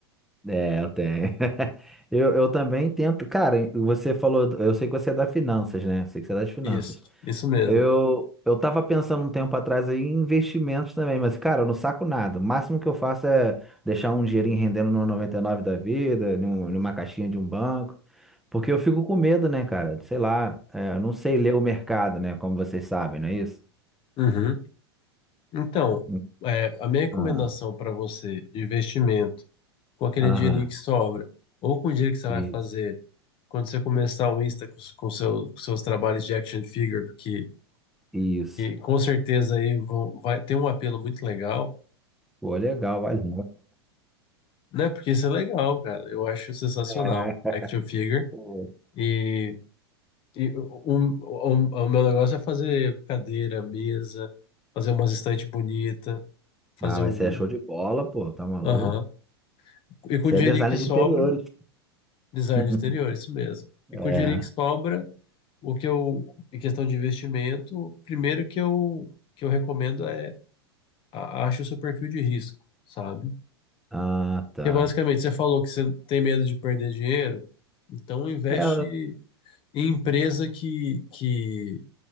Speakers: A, in the centre; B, on the left.
A: É, eu tenho. <laughs> Eu, eu também tento. Cara, você falou, eu sei que você é da finanças, né? Eu sei que você é das finanças.
B: Isso, isso mesmo.
A: Eu, eu tava pensando um tempo atrás aí em investimentos também, mas, cara, eu não saco nada. O máximo que eu faço é deixar um dinheirinho rendendo numa 99 da vida, num- numa caixinha de um banco. Porque eu fico com medo, né, cara? Sei lá, é, eu não sei ler o mercado, né? Como vocês sabem, não é isso?
B: Uhum. Então,
A: Hum,
B: é, a minha recomendação
A: Ah,
B: para você de investimento, com aquele
A: aham,
B: dinheirinho que sobra, ou com o dinheiro que você
A: isso,
B: vai fazer quando você começar o Insta com, os- com, seu, com seus trabalhos de action figure, porque
A: isso.
B: que com certeza aí vão, vai ter um apelo muito legal,
A: Pô, legal, valeu.
B: né? Porque isso é legal, cara. Eu acho sensacional,
A: É,
B: action figure.
A: pô.
B: E, e um, um- o meu negócio é fazer cadeira, mesa, fazer umas estantes bonitas, fazer
A: Ah, mas
B: um.
A: você é show de bola, pô, tá maluco?
B: Aham. E com
A: Você
B: o dinheirinho
A: é designer
B: que sobra.
A: de interiores.
B: Design
A: <laughs>
B: de interior, isso mesmo. E
A: É.
B: com o dinheiro que sobra, o que eu, em questão de investimento, primeiro que eu, que eu recomendo é a- acho o seu perfil de risco, sabe?
A: Ah, tá.
B: Que é basicamente, você falou que você tem medo de perder dinheiro, então investe
A: É,
B: em empresa que, que,